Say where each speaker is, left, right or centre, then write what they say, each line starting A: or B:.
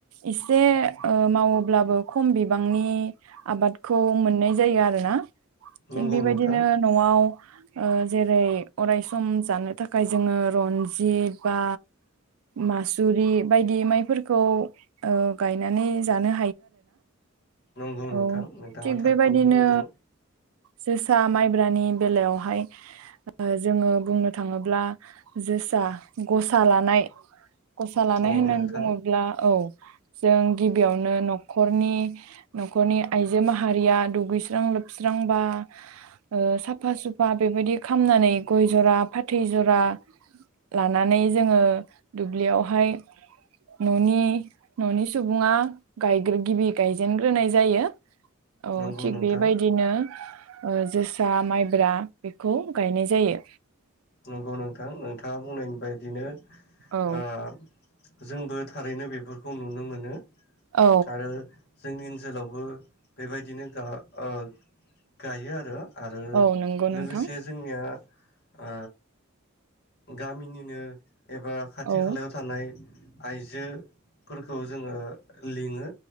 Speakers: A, on the right; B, on the left.
A: एसे ओ मावोब्लाबो खम बिबांनि आबादखौ मोननाय जायो आरोना थिग
B: नंगौ
A: बेबायदिनो
B: नोंथां
A: न'आव ओ जेरै अरायस सम जानो थाखाय जोङो रनजित बा मासुरि बायदि माइफोरखौ ओ गायनानै जानो
B: नंगौ नोंथां
A: औ
B: नोंथाङा
A: थिग
B: थारखौनो
A: बेबायदिनो
B: बुंदों
A: जोसा माइब्रानि बेलायावहाय ओ जोङो बुंनो थाङोब्ला जोसा गसा लानाय गसा लानाय
B: औ
A: होननानै
B: नोंथां
A: बुङोब्ला औ जों गिबियावनो न'खरनि न'खरनि आइजो माहा हारिया दुगैस्रां लोबस्रांबा ओ साफा सुफा बेबायदि खामनानै गय ज'रा फाथै जरा लानानै जोङो दुब्लियावहाय न'नि न'नि सुबुङा गायग्रो गिबि गायजेनग्रोनाय जायो। औ
B: नंगौ
A: थिग
B: नोंथां
A: बेबायदिनो ओ जोसा माइब्रा बेखौ गायनाय जायो।
B: नंगौ नोंथां नोंथाङा बुंनायनि बायदिनो
A: औ
B: ओ जोंबो थारैनो बेफोरखौ नुनो मोनो
A: औ
B: आरो जोंनि ओनसोलावबो बेबायदिनो गा ओ गायो आरो आरो
A: औ नंगौ नोंथां
B: लोगोसे जोंनिया आ गामिनिनो एबा खाथि
A: औ
B: खालायाव थानाय आइजोफोरखौ जोङो लिङो